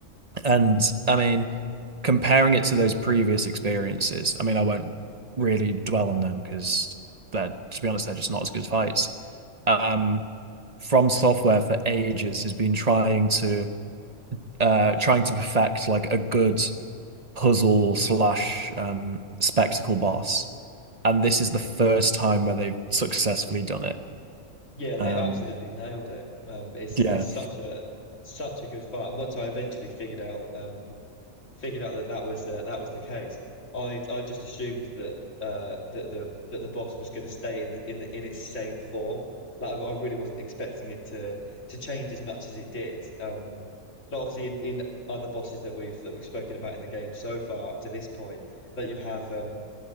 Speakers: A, on the right (about 35°); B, on the left (about 65°).
A: and I mean, comparing it to those previous experiences, I mean, I won't really dwell on them because they're, to be honest, they're just not as good fights. Um, From Software for ages has been trying to uh trying to perfect like a good puzzle slash um spectacle boss, and this is the first time where they've successfully done it.
B: Yeah, they
A: Um,
B: absolutely nailed it. Um, it's
A: yeah,
B: it's such a such a good fight. And once I eventually figured out um, figured out that that was the, that was the case. I I just assumed that uh that the that the boss was going to stay in the in the in its same form. Like I, I really wasn't expecting it to to change as much as it did. Um, but obviously in, in other bosses that we've that we've spoken about in the game so far up to this point, that you have um